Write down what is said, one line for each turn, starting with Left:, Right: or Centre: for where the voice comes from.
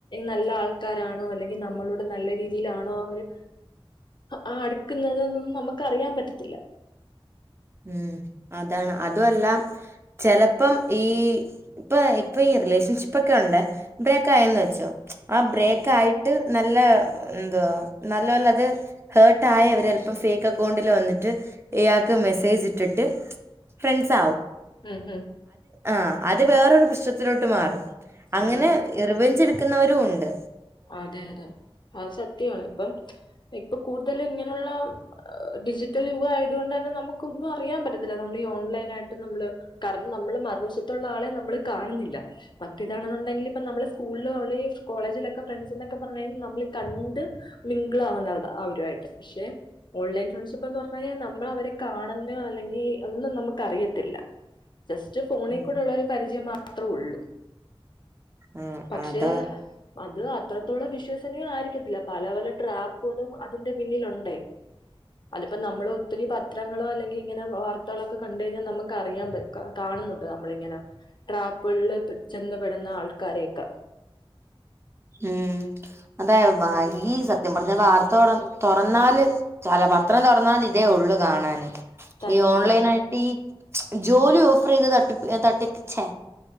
Left: നല്ല ആൾക്കാരാണോ അല്ലെങ്കിൽ നമ്മളോട് നല്ല രീതിയിലാണോ അവര് ആ അട്ക്ക്ന്നതൊന്നും നമ്മക്കറിയാൻ പറ്റത്തില്ല
Right: ഉം അതാണ് അതുവല്ലാ ചെലപ്പം ഈ ഇപ്പ ഇപ്പ ഈ റിലേഷൻഷിപ്പൊക്കെ ഒണ്ട് ബ്രേക്ക് ആയന്ന് വെച്ചോ ആ
Left: ഉം
Right: ബ്രേക്കായിട്ട് നല്ല എന്തുവാ നല്ലോലത്‌ ഹേർട്ടായി അവരെല്പ്പം ഫേക്ക് അക്കൗണ്ടില് വന്നിട്ട് ഇയാൾക്ക് മെ സേജ്ട്ട്ട്ട് ഫ്രണ്ട്സാവും
Left: ഉം ഉം
Right: ആ അത് വേറൊരു പ്രശ്നത്തിലോട്ട് മാറും
Left: ഉം
Right: അങ്ങനെ
Left: ഉം
Right: റിവഞ്ചെടു ക്കുന്നവരുണ്ട്
Left: അതെ അതെ അത് സത്യമാണ് ഇപ്പം ഇപ്പൊ കൂ ടുതലും ഇങ്ങനെയുള്ള ഡിജിറ്റൽ യുഗം ആയതോണ്ടന്നെ നമുക്കൊന്നും അറിയാ പറ്റത്തില്ല നമ്മൾ ഈ ഓൺലൈനായിട്ട് നമ്മള് കാരണം നമ്മള് മറുവശത്തുള്ള ആളെ നമ്മള് കാണ്ന്നില്ല മറ്റേതാണെന്നുണ്ടെങ്കിൽ ഇപ്പൊ നമ്മള് സ്കൂള് ഒളേജ് കോളജിലൊ ക്ക ഫ്രണ്ട്സ്ന്നൊക്കെ പറഞ്ഞഴി നമ്മൾ കണ്ട് മിങ്കിൾ ആവുന്നത അവരായിട്ട് ക്ഷെ ഓൺലൈൻ ഫ്രണ്ട്ഷിപ്പ് എന്ന് പറഞ്ഞാല് നമ്മള് അവരെ കാണുന്ന അല്ലെങ്കിൽ ഒന്നും നമ്മക്കറിയത്തില്ല ജസ്റ്റ് ഫോണിൽ
Right: ഉം
Left: കൂടെ ഉള്ളോരു പരിചയം മാത്രോള്ളൂ
Right: ആ
Left: പക്ഷേ
Right: അതാ
Left: അത് അത്രത്തോളം വിശ്വസനീയ ആയിരിക്കത്തില്ല പല പല ട്രാപ്പ്ക അതിന്റെ പിന്നിലുണ്ടേ അതിപ്പോ നമ്മൾ ഒത്തിരി പത്രങ്ങളോ അല്ലെങ്കിങ്ങനെ വാ ർത്തകളൊക്കെ കണ്ട്കഴിഞ്ഞാ നമ്ക്ക റിയാൻ പ ക കാണ്ന്ന്ണ്ട് നമ്മളിങ്ങനെ ട്രാപ്പ്കൾല് ചെന്ന് പെട്ന്ന ആൾക്കാരെയെക്ക
Right: ഉം അതെ വാ ഈ സത്യം പറഞ്ഞ വാർത്ത തൊർ തൊറന്നാല് ചെല പത്രം തൊറന്നാലിതേ ഒള്ളു കാണാന്
Left: തന്നെ
Right: ഈ ഓൺലൈനായിട്ടീ
Left: തന്നെ
Right: ജോലി ഓഫറെയ്ത് തട്ടിപ്പ് എ തട്ടി ച്ചേ